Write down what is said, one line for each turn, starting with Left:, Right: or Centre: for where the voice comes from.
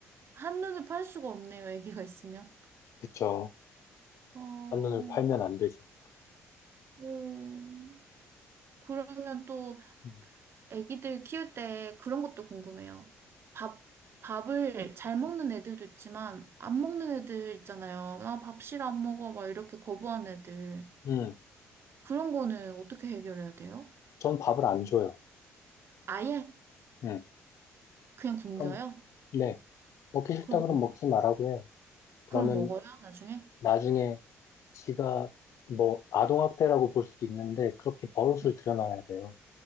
Right: 한눈에 팔 수가 없네요, 아기가 있으면.
Left: 그쵸.
Right: 어,
Left: 반론을 팔면 안 되죠.
Right: 음, 그러면 또
Left: 음,
Right: 아기들 키울 때 그런 것도 궁금해요. 밥, 밥을 잘 먹는 애들도 있지만 안 먹는 애들 있잖아요. 나 밥 싫어 안 먹어 막 이렇게 거부하는 애들.
Left: 음,
Right: 그런 거는 어떻게 해결해야 돼요?
Left: 전 밥을 안 줘요.
Right: 아예
Left: 음,
Right: 그냥 굶겨요?
Left: 그럼, 네, 먹기 싫다
Right: 그럼
Left: 그러면
Right: 먹,
Left: 먹지 말라고 해요. 그러면
Right: 그럼 먹어요, 나중에?
Left: 나중에 지가 뭐 아동학대라고 볼 수도 있는데 그렇게 버릇을
Right: 네.
Left: 들여놔야 돼요.